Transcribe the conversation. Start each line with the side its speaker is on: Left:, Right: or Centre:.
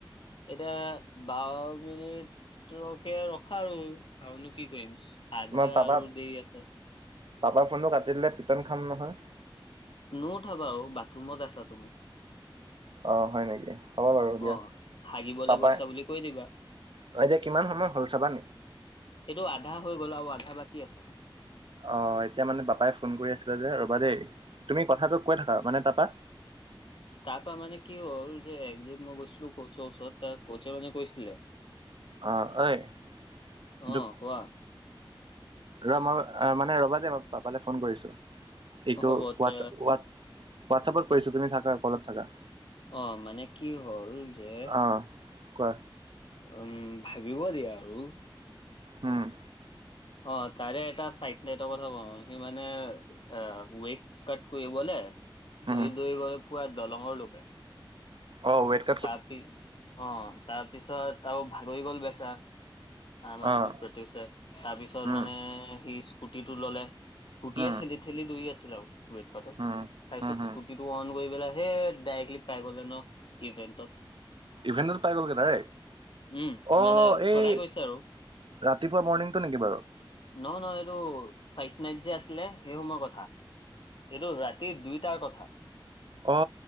Left: এতিয়া বাৰ মিনিটকে ৰখা আৰু আৰুনো কি কৰিম। আধা
Right: মই পাপা
Left: আৰু দি আছে।
Right: পাপাৰ ফোনটো কাটি দিলে পিটন খাম নহয়।
Left: নু উঠাবা আৰু বাথৰুমত আছাত।
Right: অ হয় নেকি হ'ব বাৰু দিয়া
Left: অ হাগিবলৈ
Right: তাৰপাই
Left: গৈছা বুলি কৈ দিবা
Right: অ এতিয়া কিমান সময় হল চাবা নেকি?
Left: এইটো আধা হৈ গ'ল আৰু আধা বাকী আছ মানে।
Right: অ এতিয়া মানে পাপাই ফোন কৰি আছিলে যে ৰবা দেই তুমি কথাটো কৈ থাকা মানে তাৰপা
Left: তাৰপা মানে কি হ'ল যে একদিন মই গৈছিলো কৌচ ওচৰত ত কৌচে মানে কৈছিল
Right: অ ঐ
Left: অ
Right: কিন্তু
Left: কোৱা
Right: ৰ মই মানে ৰবা মই পাপালে ফোন কৰিছো। এইটো
Left: হ'ব
Right: হোৱাটছআপত
Left: তে
Right: কৰিছো তুমি থাকা কলত থাকা।
Left: অ মানে কি হ'ল যে
Right: অ'। কোৱা
Left: উম ভাবিব দিয়া আৰু
Right: হম,
Left: অ তাৰে এটা ফাইট নেট কথা কওঁ সি মানে অ ৱেক কাট কৰিবলে
Right: উম,
Left: দৌৰি দৌৰি গলে পুৰা দলঙৰ লৈকে।
Right: অ ওৱেট,
Left: তাৰপিছ অ তাৰপিছত আৰু ভাগৰি গল বেচেৰা। আমাহ
Right: অ',
Left: সেইটোক প্ৰতিতিওছে তাৰপিছত
Right: উম,
Left: মানে সি স্কুটিটো ললে। স্কুটি
Right: উম।
Left: এ থেলি থেলি দুই আছিল আও। ৱেট কত তাৰপিছত
Right: উম, হম, হম,
Left: স্কুটি টো অন কৰি পেলাই সে ডাইৰেক্টলি পাই গলে ন। ইভেণ্টত,
Right: ইভেন্টত পাই গলগে ডাইৰেক।
Left: উম
Right: অ
Left: মানে
Right: এই
Left: চলাই গৈছে আৰু
Right: ৰাতিপুৱা মৰ্ণিংটো নেকি বাৰু
Left: নহয় নহ এইটো চাইট নাইট যে আছিলে সেই সময় কথা। এইটো ৰাতিৰ দুইটাৰ কথা
Right: অ